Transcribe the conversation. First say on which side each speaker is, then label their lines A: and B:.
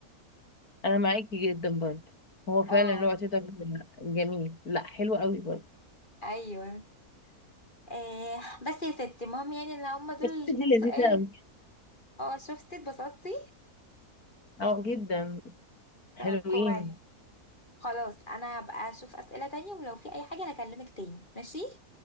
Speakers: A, on the left; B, on the left.
A: انا معاكي جدا برضه هو فعلا
B: اه
A: الوقت ده جميل لا حلو قوي برضه
B: ايوه آه بس يا ستي المهم يعني ان هما دول
A: بس دي
B: كام سؤال
A: لذيذة أوي
B: اه شفتي اتبسطتي
A: اه جدا حلوين
B: طب كويس خلاص انا هبقى اشوف اسئله تانية ولو في اي حاجه هكلمك تاني ماشي